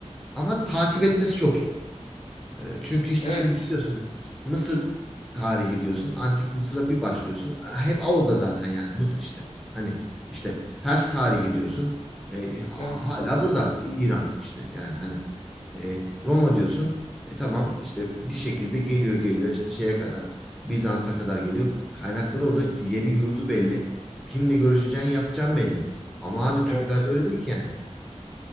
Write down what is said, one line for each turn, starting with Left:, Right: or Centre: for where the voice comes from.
Centre: ama takip etmesi çok zor. E, Çünkü işte
Left: Evet.
Centre: şimdi diyorsun Mısır tarihi diyorsun. Antik Mısır'a bir başlıyorsun. Hep orada zaten yani Mısır işte. Hani işte Pers tarihi diyorsun. E, ha-
Left: Evet.
Centre: hala burada İran işte yani hani e, Roma diyorsun. E tamam işte bir şekilde geliyor geliyor işte şeye kadar Bizans'a kadar geliyor. Kaynakları orada yeri yurdu belli. Kimle görüşeceğin yapacağın belli. Ama abi Türklerde
Left: Evet.
Centre: öyle değil ki yani.